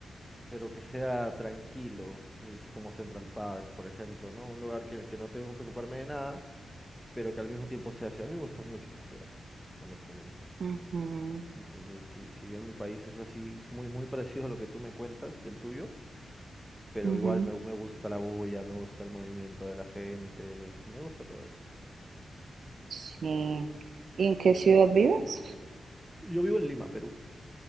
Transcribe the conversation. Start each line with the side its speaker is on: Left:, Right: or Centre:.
Centre: pero que sea tranquilo, es decir, como Central Park, por ejemplo, ¿no? Un lugar que, que no tengo que preocuparme de nada, pero que al mismo tiempo sea ciudad. A mí me gusta mucho la ciudad, honestamente.
Right: Ujú,
Centre: Entonces, si, si bien mi país es así, muy, muy <laughs> parecido a lo que tú me cuentas del tuyo, pero
Right: ujú,
Centre: igual me, me gusta la bulla, me gusta el movimiento de la gente, me gusta todo eso.
Right: Sí. ¿Y en qué ciudad vives?
Centre: Yo vivo en Lima, Perú,